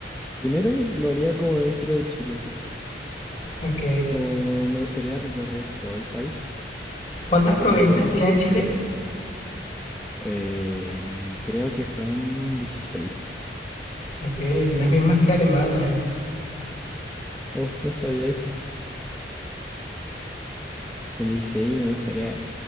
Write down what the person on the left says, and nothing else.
Ok.
¿Cuántas provincias
tiene Chile?
Ok, las mismas que Alemania.